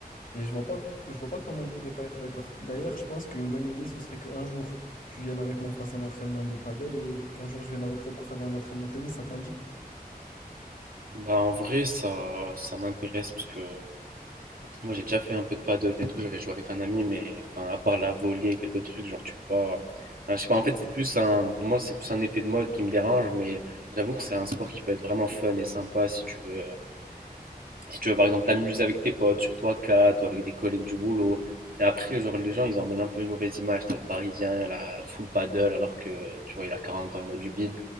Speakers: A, on the left (about 60°); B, on the right (about 65°).
A: et je vois pas, je vois pas comment on pourrait pas être d'accord. D'ailleurs, je pense qu'une bonne idée, ce serait qu'un jour, tu viennes avec moi, on fasse un entraînement de paddle et qu'un jour, je vienne avec toi pour faire un entraînement de tennis, ça t'en dit?
B: Bah, en vrai, ça, ça m'intéresse parce que moi j'ai déjà fait un peu de paddle et tout, j'avais joué avec un ami, mais enfin, à part la volée, quelques trucs, genre tu peux pas. Enfin, je sais pas, en fait, c'est plus un. Moi, c'est plus un effet de mode qui me dérange, mais j'avoue que c'est un sport qui peut être vraiment fun et sympa si tu veux. Si tu veux, par exemple, t'amuser avec tes potes, surtout à 4 ou avec des collègues du boulot. Et après, genre, les gens, ils en donnent un peu une mauvaise image. T'as le Parisien, la full paddle, alors que, tu vois, il a 40 ans, il a du bide.